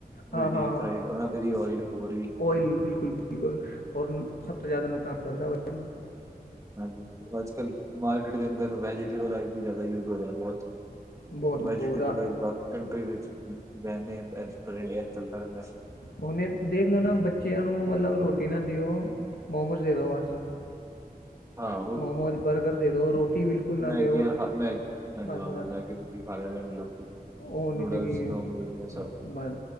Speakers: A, on the right; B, on the left.
A: ਵੀ
B: ਹਾਂ ਹਾਂ
A: ਡੀਪ ਫਰਾਈਡ ਉਹਨਾਂ ਦੇ ਵੀ ਓਇਲ ਹੋਰ ਵੀ
B: ਓਇਲ ਬਿਲਕੁਲ-ਬਿਲਕੁਲ ਔਰ ਸਭ ਤੋਂ ਜਾਦਾ ਨੁਕਸਾਨ ਕਰਦਾ ਉਇਲ
A: ਹਾਂਜੀ ਅੱਜ ਕਲ ਮਾਰਕੀਟ ਦੇ ਅੰਦਰ ਵੈਜੀਟੇਬਲ ਵੀ ਜਾਦਾ ਯੂਜ ਹੋ ਰਿਆ ਬੋਤ
B: ਬਹੁਤ
A: ਵੈਜੀਟੇਬਲ
B: ਬਹੁਤਾ
A: ਐ ਇਕ ਬ ਕੰਟਰੀ ਵਿੱਚ ਵੇਨੇ ਪ੍ਰੈਸ ਪ੍ਰਿੰਟਿੰਗ ਚੱਲਦਾ ਰੈਂਦਾ।
B: ਹੁਨੇ ਦੇਖ ਲੋ ਨਾ ਬੱਚਿਆਂ ਨੂੰ ਮਤਲਬ ਰੋਟੀ ਨਾ ਦਿਓ ਮੋਮੋਸ ਦੇ ਦਿਉ ਬਸ
A: ਹਾਂ ਉਹੀ
B: ਮੋਮੋਜ਼ ਬਰਗਰ ਦੇ ਦੋ ਰੋਟੀ ਬਿਲਕੁਲ ਨਾ
A: ਮੈਗੀਆਂ
B: ਦਿਓ
A: ਖਾ ਮੈਗੀ ਹਾਂਜੀ
B: ਬਸ-ਬਸ
A: ਹਾਂਜੀ ਮੈਗੀ ਮੂਗੀ ਖਾ ਲੈਂਦੇ ਨੇ ਲੋਕੀ
B: ਹੋਰ ਨਈ
A: ਨੂਡਲਸ
B: ਤੇ ਕੀ ਏ।
A: ਚੌਮਿਨ ਸਭ
B: ਬਸ